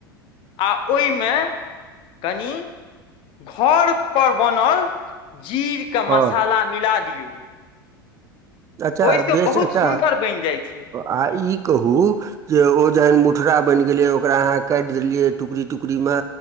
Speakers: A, on the left; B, on the right.
A: आ ओय मे कनि घर पर बनल जीर के
B: हँ
A: मसाला मिला दियौ।
B: अच्छा
A: ओहिसँ
B: बेस
A: बहुत
B: एकटा
A: सुन्दर बनि जाइ छै
B: आ ई कहू जे ओ जहन मु टरा बैन गेलै, ओकरा अहाँ काट देलियै टुकड़ी-टुकड़ी मे